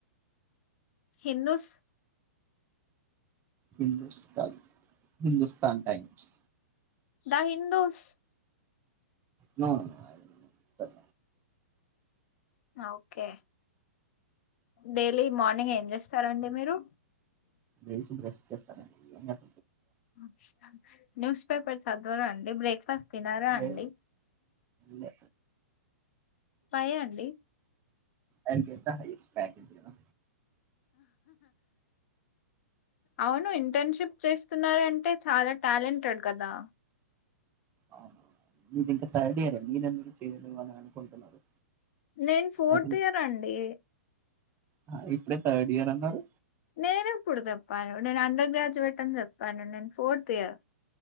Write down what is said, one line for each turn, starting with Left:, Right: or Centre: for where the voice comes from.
Left: Hindus
Right: Hindustan Hindustan Times
Left: the Hindus
Right: no no no I will
Left: ఆ ఓకే డైలీ మార్నింగ్ ఏం చేస్తారండి మీరు
Right: లేసి బ్రష్ చేస్తానండి అయినక
Left: <inaudible> న్యూస్ పేపర్స్ చదవర అండి బ్రేక్ఫాస్ తినరా
Right: లే
Left: అండి
Right: లే
Left: వై అండి
Right: I will get the highest package you know
Left: అవును ఇంటర్న్షిప్ చేస్తున్నారంటే చాలా టాలెంటెడ్ కదా
Right: అవునవును మీది ఇంకా తర్డియరే మీరు ఎందుకు చేయ్యేద్దు అని అనుకుంటున్నారు
Left: నేను ఫోర్త్
Right: అది
Left: ఇయర్ అండి
Right: ఆ, ఇప్పుడే థర్డియర్ అన్నారు
Left: నేను ఎప్పుడు చెప్పాను నేను అండర్ గ్రాడ్జుయేట్ అని చెప్పాను నేను ఫోర్త్ ఇయర్